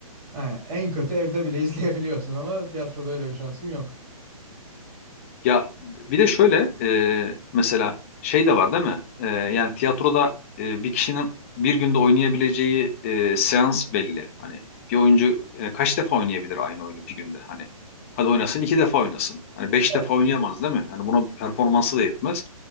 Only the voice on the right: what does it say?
Ha, en kötü evde bile <laughs> izleyebiliyorsun ama tiyatroda öyle bir şansın yok.
Evet.